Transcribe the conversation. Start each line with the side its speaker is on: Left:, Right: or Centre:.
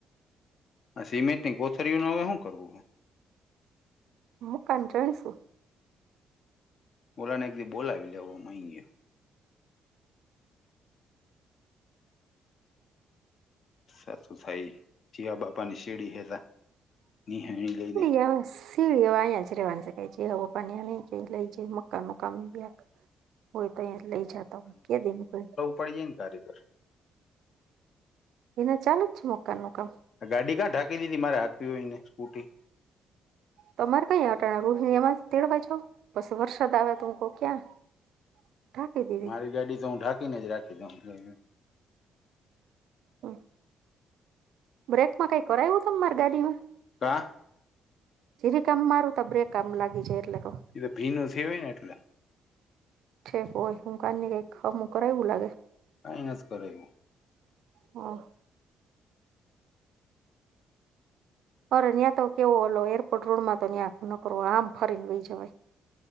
Left: સિમેન્ટિંગ કોથરીઓ ન હવે શું કરવું હ?
Right: હું કંન્ટાણીશું.
Left: ઓલા ને કી બોલવી લઉ મેંઈએ. સાચું થઈ જીવા બાપા ની શેડી હેદા નિહાણી લઈને
Right: પાસ સીડી અહીંયા જ રેવાની શકાય છે હવે પા ન ક લઈ જાય મકાનનું કામ લે એક હોય તો અહીંયા લઈ જતા હોય કે દિન ભાઈ.
Left: પડીએન કારીગર
Right: એના ચાલુ જ છે મકાન નું કામ?
Left: ગાડી ક્યાં ઢાકી દીધી મારે હાકવી હોય ને સ્કૂટી.
Right: તમારે કઈ હટાણા રોહિણી એમાં તેડવા જા બસ વરસાદ આવ્યા ત હું કહ ક્યાં ઢાંકી દીધી
Left: મારી ગાડી તો હું ઢાંકીને જ રાખી દઉં એટલે એ
Right: હ બ્રેકમાં કઈ કરાયું છે માર ગાડીમાં?
Left: કાહ.
Right: જીરી કામ મારું તો બ્રેક કામ લાગી જાય એટલે કહું.
Left: એ તો ભીનું સેવે ને એટલે.
Right: છેક હોય હું કને કઈકમું કરાવવું લાગે.
Left: હા, એમજ કારએ વો.
Right: હા. અરે ત્યાં તો કેવો હલો એરપોર્ટ રોડમાં તો ત્યાં નકરો આમ ફરીને વહી જવાય.